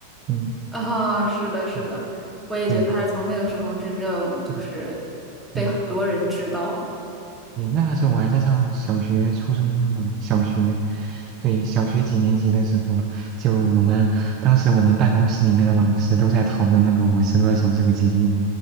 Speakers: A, on the right; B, in the centre.
A: 嗯
B: 啊，是的，是的，
A: 嗯，
B: 我也觉得他是从那个时候真正就是被很多人知道，
A: 对对，嗯。你那个时候我还在上小学、初中吧，小学，对，小学几年级的时候，就我们当时我们办公室里面的老师都在讨论那个《我是歌手》这个节目，